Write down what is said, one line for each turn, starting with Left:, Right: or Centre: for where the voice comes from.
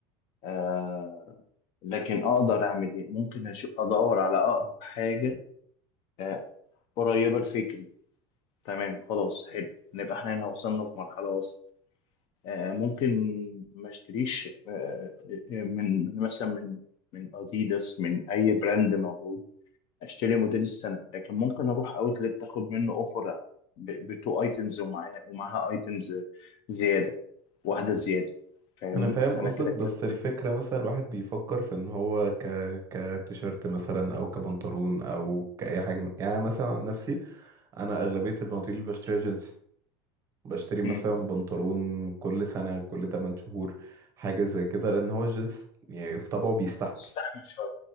Left: آه لكن اقدر اعمل ايه ممكن أشوف ادور على اقرب حاجه آه قريبه لفكري تمام خلاص حلو نبقى احنا هنا وصلنا في مرحله وسط آه ممكن ما اشتريش آه آه، من من مثلا من من اديداس من اي براند موجود اشتري موديل السنه لكن ممكن اروح اوتلت اخد منه اوفر بتو ايتمز ومعايا ومعاها ايتمز زياده واحده زياده فاهمني
Right: انا فاهم
Left: فانا
Right: قصدك
Left: كده
Right: بس
Left: كسبت
Right: الفكره مثلا الواحد بيفكر في ان هو ك كتيشيرت مثلا او كبنطلون او كاي حاجه من- يعني أنا مثلا عن نفسي انا اغلبيه البناطيل اللي بشتريها جينز بشتري مثلا
Left: مم.
Right: بنطلون كل سنه كل 8 شهور حاجه زي كده لان هو الجينز يعني في طبعه بيستحمل
Left: استحمل شويه